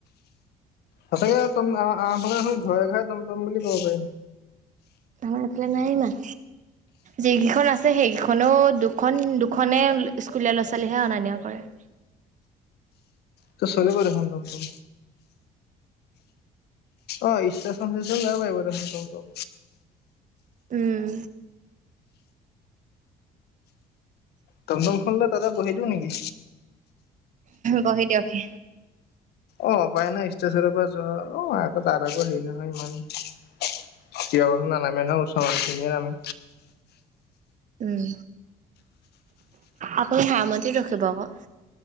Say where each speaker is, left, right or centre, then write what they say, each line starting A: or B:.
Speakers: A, on the left; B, on the right.
A: সঁচাকে টম আ-আফালে হন ঘৰে ঘৰে টমটম বুলি ক'ব পাৰি।
B: আমাৰ এইফালে নাই ইমান। যিকেইখন আছে সেইকেইখনো দুখন দুখনে স্কুলীয়া ল'ৰা ছোৱালীহে অনা নিয়া কৰে। <inaudible>
A: তে চলিব দেখোন টমটম। অ' ইষ্টেচন চিষ্টে যাব পাৰিব দেখোন টমটম।
B: উম।
A: টমটমখন লৈ তাতে বহি দিওঁ নেকি?
B: বহি দিয়কহি।
A: অ' উপায় নাই, ষ্টেশচনৰ পৰা যোৱা অ' আকৌ তাৰ আকৌ হেৰি নহয় ইমান তিয়কত নানামে নহয়, ওচৰৰ নিছিয়া নামে।
B: উম। আপুনি হামন্তিত ৰখিব আকৌ।